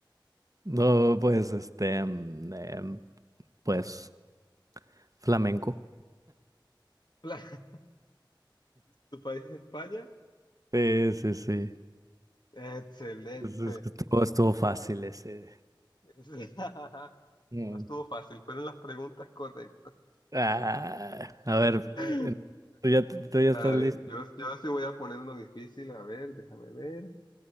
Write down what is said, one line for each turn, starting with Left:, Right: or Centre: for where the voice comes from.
Right: No, pues, este, mm, em, pues... Flamenco.
Left: Claro, <laughs> ¿Tu país es España?
Right: Sí, sí, sí.
Left: Excelente.
Right: Es, es que Estuvo, estuvo fácil ese.
Left: <laughs>
Right: Mm.
Left: No estuvo fácil, fueron las preguntas correctas.
Right: Ah, a ver, Eh,
Left: <laughs>
Right: ¿Tú ya, tú ya estás
Left: A
Right: listo?
Left: ver, yo, yo sí voy a poner uno difícil. A ver, déjame ver.